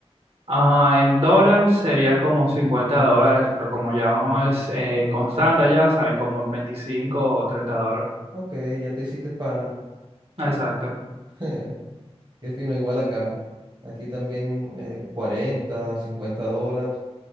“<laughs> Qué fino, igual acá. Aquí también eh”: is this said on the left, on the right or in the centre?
Right